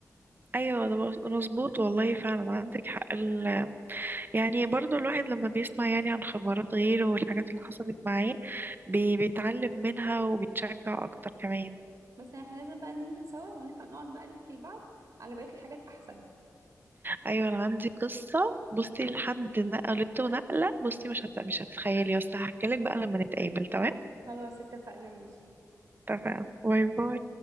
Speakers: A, on the right; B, on the right.
A: ايوه ده مظ- مظبوط والله فعلا عندك حق ال- يعني برضو الواحد لما بيسمع يعني عن خبرات غيره والحاجات اللي حصلت معاه بي- بيتعلم منها وبيتشجع اكتر كمان
B: بس احنا لازم بقى ننزل سوا ونفهم نقعد بقى نحكي لبعض على بقية الحاجات أحسن
A: ايوه انا عندي قصة بصي لحد نقلته نقلة بصي مش هت... مش هتتخيلي بس هحكي لك بقى لما نتقابل تمام
B: خلاص اتفقنا ماشي
A: تمام باي باي